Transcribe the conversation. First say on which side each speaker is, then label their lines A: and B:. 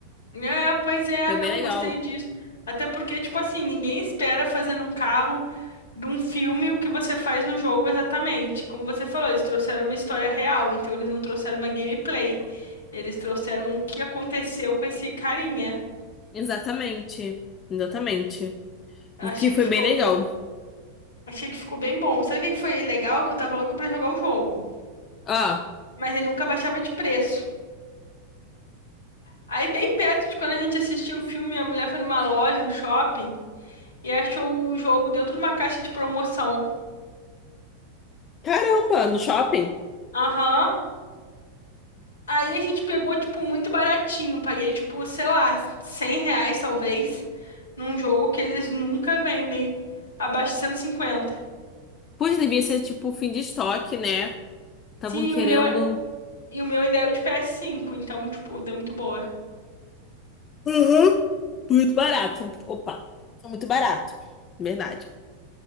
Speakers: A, on the left; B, on the left.
A: É, pois é,
B: Foi
A: não
B: bem legal.
A: gostei disso. Até porque, tipo assim, ninguém espera fazer num carro de um filme o que você faz no jogo exatamente. Como você falou, eles trouxeram uma história real, então eles não trouxeram uma gameplay. Eles trouxeram o que aconteceu com esse carinha.
B: Exatamente. Exatamente.
A: Achei
B: O que foi
A: que ficou,
B: bem legal.
A: achei que ficou bem bom. Sabe o que que foi legal? Que eu tava louca pra jogar o jogo.
B: Ah,
A: Mas ele nunca baixava de preço. Aí, bem perto de quando a gente assistiu o filme, a mulher foi numa loja, no shopping, e achou o jogo dentro de uma caixa de promoção.
B: caramba, no shopping.
A: Aham. Aí a gente pegou, tipo, muito baratinho. Paguei, tipo, sei lá, 100 reais talvez, num jogo que eles nunca vendem abaixo de cento e cinquenta
B: Pois devia ser tipo fim de estoque, né? Estavam
A: Sim,
B: querendo.
A: o meu, é- e o meu ainda é o de PS5, então, tipo, deu muito boa.
B: Uhum. Muito barato. Opa, tá muito barato. Verdade.